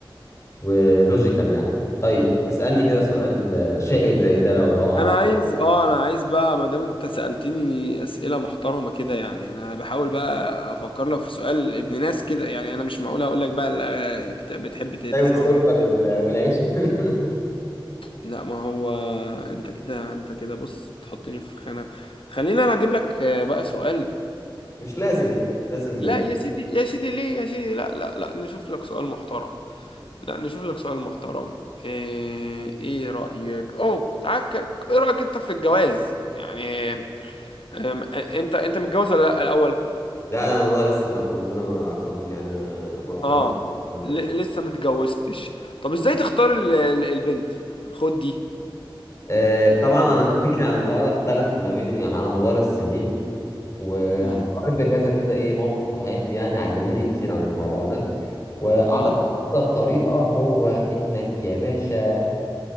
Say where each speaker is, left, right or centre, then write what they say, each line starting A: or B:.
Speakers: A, on the left; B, on the left.
A: ولوجيكال يعني طيب اسألني كده سؤال آه، شائك زي ده لو لو
B: انا
A: لو
B: عايز اه انا عايز بقى ما دام انت سألتني اسئله محترمه كده يعني انا بحاول بقى افكر لك في سؤال ابن ناس كده يعني انا مش معقول اقول لك بقى لا، كتاب بتحب ت-
A: طيب
B: تسمع
A: السكر
B: اغنيه إيه.
A: وال- والعيش <laughs>
B: لا ما هو انت كده انت كده بص بتحطني في خانه خلينا انا اجيب لك بقى سؤال
A: مش لازم يعني لازم
B: لا يا سيدي يا سيدي ليه يا سيدي لا لا لا نشوف لك سؤال محترم لا نشوف لك سؤال محترم ايه, إيه رأيك اوه تعال ك- ايه رأيك انت في الجواز يعني أم، انت انت متجوز ولا لا الاول
A: لا انا والله لسه فاهم، ربنا ما اكرمني يعني ما ما وفقني
B: اه
A: في الجواز
B: ل...
A: ده
B: لسه متجوزتش طب ازاي تختار ال... ال- البنت خد دي
A: آه طبعا انا فكري عن الموضوع ده اختلف ما بين يعني على مدار السنين وهقرب
B: مم.
A: بكذا كده ايه موقف في حياتي يعني علموني كتير عن الموضوع ده واعتقد
B: مم.
A: اكتر طريقة هو انك يا باشا